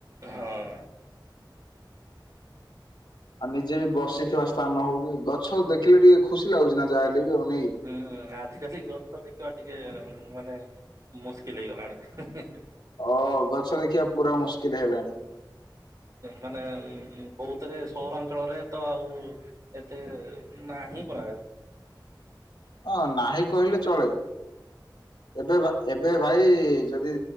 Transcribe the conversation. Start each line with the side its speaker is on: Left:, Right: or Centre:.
Right: ହଁ।
Left: ଆଉ ନିଜେ ବି ବସିଥିବା ସ୍ଥାନ ହଉ କି ଗଛ ଦେଖିଲେ ଟିକେ ଖୁସି ଲାଗୁଛି ନା ଯାହାହଲେ ବି ଆଉ ନେଇ
Right: ହୁଁ ଆଦିବାସୀ ଗଛ ତ ଦେଖିବା ଟିକେ ମାନେ ମୁସ୍କିଲ ହେଇଗଲାଣି।
Left: ଓ ଗଛ ଦେଖିବା ପୁରା ମୁସ୍କିଲ ହେଲାଣି।
Right: ମାନେ ବହୁତରେ ସହରାଞ୍ଚଳରେ ତ ଆଉ ଏତେ ନା ହିଁ କର
Left: ଅଁ ନାହିଁ କହିଲେ ଚଳେ ଏବେ ଏବେ ଭାଇ ଯଦି